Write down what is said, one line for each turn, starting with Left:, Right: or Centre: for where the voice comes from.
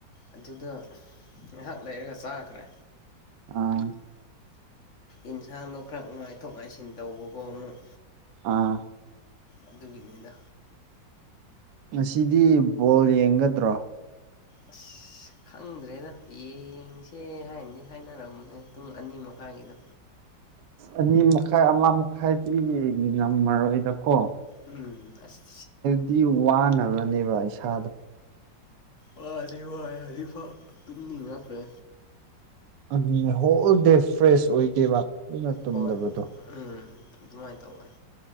Left: ꯑꯗꯨꯗ ꯉꯥꯏꯍꯥꯛ ꯂꯩꯔꯒ ꯆꯥꯈ꯭ꯔꯦ
Right: ꯑꯥ
Left: ꯏꯟꯁꯥꯡꯗꯣ ꯈꯔ ꯉꯥꯏꯊꯣꯛ ꯉꯥꯏꯁꯤꯟ ꯇꯧꯕꯀꯣ ꯑꯃꯨꯛ
Right: ꯑꯥ
Left: ꯑꯗꯨꯒꯤꯅꯤꯗꯥ
Right: ꯉꯁꯤꯗꯤ ꯕꯣꯜ ꯌꯦꯡꯒꯗ꯭ꯔꯣ
Left: ꯑꯁ ꯈꯪꯗ꯭ꯔꯦꯗ ꯌꯦꯡꯁꯦ ꯍꯥꯏꯅꯗꯤ ꯍꯥꯏꯅꯔꯝꯕꯅꯦ ꯄꯨꯡ ꯑꯅꯤ ꯃꯈꯥꯏꯒꯤꯗꯣ
Right: ꯑꯅꯤ ꯃꯈꯥꯏ ꯑꯃ ꯃꯈꯥꯏꯗꯤ ꯉꯝꯃꯔꯣꯏꯗꯀꯣ
Left: ꯎꯝ ꯑꯁ
Right: ꯗꯨꯗꯤ ꯋꯥꯅꯕꯅꯦꯕ ꯏꯁꯥ
Left: ꯋꯥꯗꯤ ꯋꯥꯥꯏ ꯍꯧꯖꯤꯛꯐꯧ ꯇꯨꯝꯅꯤꯡꯉꯛꯈ꯭ꯔꯦ
Right: ꯑꯗꯨꯅꯦ ꯍꯣꯜ ꯗꯦ ꯐ꯭ꯔꯦꯁ ꯑꯣꯏꯗꯦꯕ ꯐꯖꯅ ꯇꯨꯝꯗꯕꯗꯣ
Left: ꯍꯣꯏ ꯎꯝ ꯑꯗꯨꯃꯥꯏꯟ ꯇꯧꯎꯟ